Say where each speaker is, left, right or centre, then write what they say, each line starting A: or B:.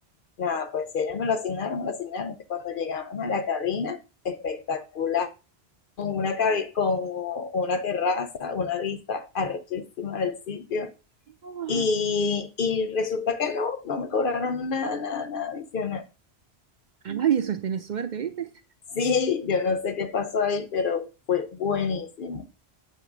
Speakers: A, on the left (about 60°); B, on the right (about 55°).
A: nada, pues si ellos me lo asignaron, me lo asignaron. Cuando llegamos a la cabina, espectacular una, cabi- con una terraza, una vista arrechísima del sitio,
B: ¡ah!
A: y, y resulta que no, no me cobraron nada, nada, nada adicional.
B: Ay, eso es tener suerte, ¿viste?
A: Sí, yo no sé qué pasó ahí, pero fue buenísimo,